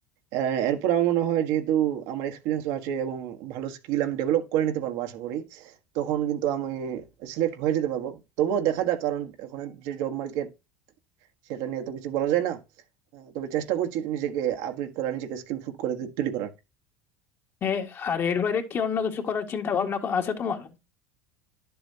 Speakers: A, on the right; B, on the left.
A: আহ, এরপর আমার মনে হয় যেহেতু আমার এক্সপিরিয়েন্সও আছে এবং ভালো স্কিল আমি ডেভেলপ করে নিতে পারবো আশা করি তখন কিন্তু আমি সিলেক্ট হয়ে যেতে পারবো তবুও দেখা যাক কারণ এখন যে জব মার্কেট সেটা নিয়ে তো কিছু বলা যায় না আহ, তবে চেষ্টা করছি নিজেকে আপগ্রেড করার নিজেকে স্কিলফুল করে তৈ- তৈরি করার
B: এ, আর এর বাইরে কি অন্য কিছু করার চিন্তা ভাবনা ক- আছে তোমার